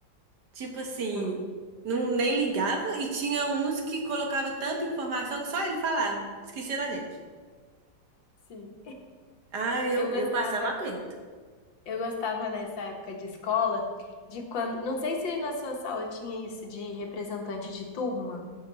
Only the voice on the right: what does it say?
tipo assim,
não nem ligava e tinha uns que colocava tanta informação que só ele falava, esquecia da gente.
Ah, eu
eu passava aperto.